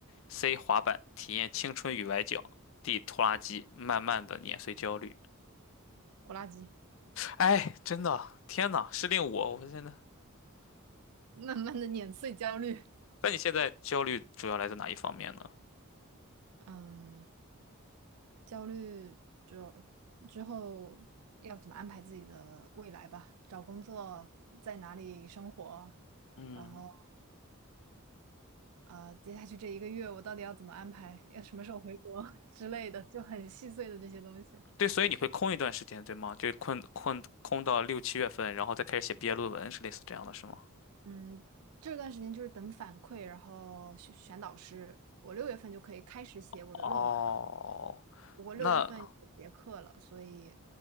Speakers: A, on the left; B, on the right.
A: ；C. 滑板，体验青春与崴脚；D. 拖拉机，慢慢的碾碎焦虑。
B: 拖拉机，
A: 哎，真的，天呐，是令我，我真的。
B: 慢慢的碾碎焦虑。
A: 那你现在焦虑主要来自哪一方面呢？
B: 嗯，焦虑就之后要怎么安排自己的未来吧，找工作，在哪里生活，
A: 嗯，
B: 然后呃，接下去这一个月我到底要怎么安排，要什么时候回国 <laughs> 之类的，就很细碎的这些东西。
A: 对，所以你会空一段时间，对吗？就困困空到六七月份，然后再开始写毕业论文，是类似这样的，是吗？
B: 嗯，这段时间就是等反馈，然后选选导师。我六月份就可以开始写我的论文了，
A: 哦，
B: 不过六月份有结课了，
A: 那
B: 所以